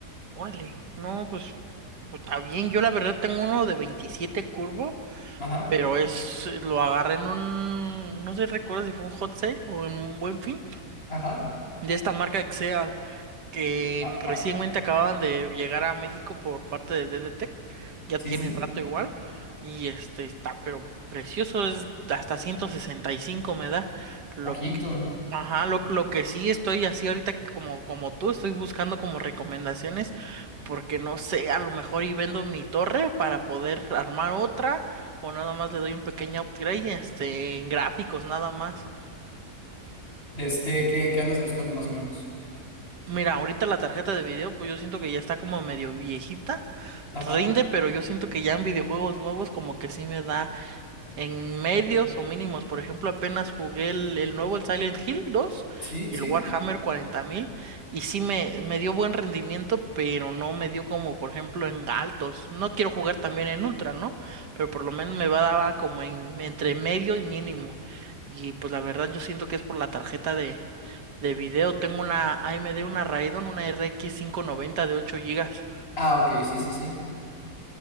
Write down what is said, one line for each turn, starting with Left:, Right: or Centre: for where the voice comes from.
Right: Órale. No, pues pues, está bien. Yo la verdad tengo uno de 27 curvo,
Left: Ajá,
Right: pero es eh, lo agarré en un, no sé, recuerdo si fue un hot sale o en un buen fin
Left: ajá,
Right: de esta marca Excel. que
Left: ajá.
Right: recientemente acababan de llegar a México por parte de DDTech, ya
Left: Sí,
Right: tiene
Left: sí, sí.
Right: rato igual, y este está, pero precioso, es hasta 165 me da, lo
Left: Ojito.
Right: que- ajá, lo, lo que sí estoy así ahorita como, como tú, estoy buscando como recomendaciones, porque no sé, a lo mejor y vendo mi torre para poder armar otra, o nada más le doy un pequeño upgrade, este, en gráficos nada más.
Left: De este, ¿qué, qué andas buscando más o menos?
Right: Mira, ahorita la tarjeta de video, pues yo siento que ya está como medio viejita,
Left: Ajá.
Right: rinde, pero yo siento que ya en videojuegos nuevos como que sí me da en medios o mínimos. Por ejemplo, apenas jugué el, el nuevo, el Silent Hill 2
Left: Sí,
Right: y
Left: sí.
Right: el Warhammer 40.000 y sí me, me dio buen rendimiento, pero no me dio como, por ejemplo, en altos. No quiero jugar también en ultra, ¿no? Pero por lo menos me va daba como en, entre medio y mínimo. Y pues la verdad yo siento que es por la tarjeta de de video tengo una AMD, una Raidon, una RX noventa de 8 gigas.
Left: Ah, ok, sí, sí, sí.